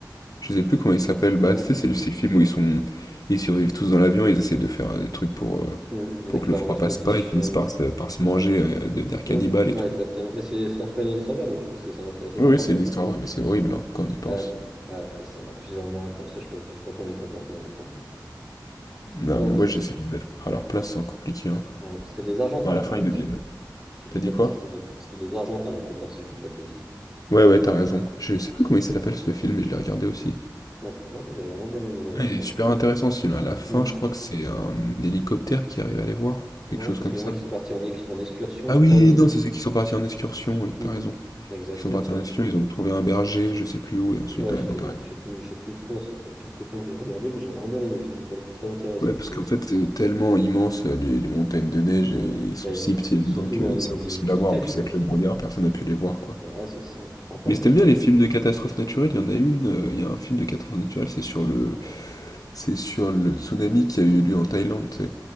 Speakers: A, on the left; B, in the centre.
A: Je sais plus comment il s'appelle. Bah,
B: Ouais,
A: tu sais,
B: je-
A: c'est le, c'est le film où ils sont, ils survivent tous dans l'avion, ils essaient de faire euh, des trucs pour, euh,
B: Mmh. Il y
A: pour
B: en a qui
A: que
B: partent
A: le froid
B: en expédition.
A: passe pas, ils finissent par se, par se manger, euh, devenir
B: Mmh.
A: cannibales
B: Ouais,
A: et tout.
B: exactement. Mais c'est c'est inspiré d'une histoire vraie, donc je trouve que c'est c'est assez
A: Oui,
B: sympa
A: oui, c'est
B: pour
A: une
B: le-
A: histoire, ouais, mais c'est horrible hein, quand on y pense.
B: Ouais, non. Ouais, faut se dire, bah, plusieurs mois comme ça, je sais pas, je sais pas comment ils font pour tenir, hein, franchement.
A: Non,
B: Ouais,
A: mais
B: non,
A: moi
B: c'est-
A: j'essaie de me mettre à leur place sans compliquer. hein.
B: ah ouais, c'était des Argentins,
A: Bah, à
B: je
A: la
B: crois,
A: fin,
B: même
A: ils deviennent.
B: si, si je dis
A: T'as
B: pas
A: dit
B: de
A: quoi?
B: bêtises, c'était des, c'était des Argentins la plupart, si je dis pas de bêtises.
A: Ouais, ouais, t'as raison. Je sais plus comment il s'appelle ce film, mais je l'ai regardé aussi.
B: Ouais, non, moi j'avais vraiment bien aimé, euh,
A: Ah,
B: c'était
A: il est
B: un-
A: super intéressant ce film. À la fin,
B: Mmh.
A: je crois que c'est un hélicoptère qui arrive à les voir,
B: Ouais,
A: quelque chose
B: parce
A: comme
B: qu'il
A: ça.
B: y en a qui sont partis en, ex- en excursion,
A: Ah
B: je
A: oui,
B: crois, ils ont.
A: non, c'est ceux qui sont partis en excursion, oui,
B: Mmh.
A: t'as raison.
B: Exact,
A: Ils sont partis
B: et après,
A: en
B: du
A: Asie,
B: coup.
A: ils ont trouvé un berger, je sais plus où, et ensuite,
B: Ouais,
A: ouais,
B: je sais,
A: non,
B: quelque-
A: t'as
B: je
A: raison.
B: sais plus, je sais plus trop, parce que ça fait quelques temps que j'ai regardé, mais j'ai vraiment bien aimé le film pour le coup, très intéressant,
A: Ouais,
B: je
A: parce
B: trouve
A: qu'en
B: aussi.
A: fait, c'est tellement immense, euh, les, les montagnes de neige,
B: hmm
A: et ils sont
B: Bah,
A: si
B: du
A: petits
B: surtout
A: donc euh,
B: au niveau
A: c'est impossible
B: visibilité,
A: à voir. En plus,
B: tu vois.
A: avec le brouillard, personne n'a pu les voir, quoi.
B: Ouais, c'est ça. Tu te rends compte
A: Mais si
B: d'être
A: t'aimes bien
B: d'être
A: les films de catastrophes naturelles, il y en a une, euh, il y a un film de catastrophe naturelle, c'est sur le... C'est sur le tsunami qui a eu lieu en Thaïlande, tu sais.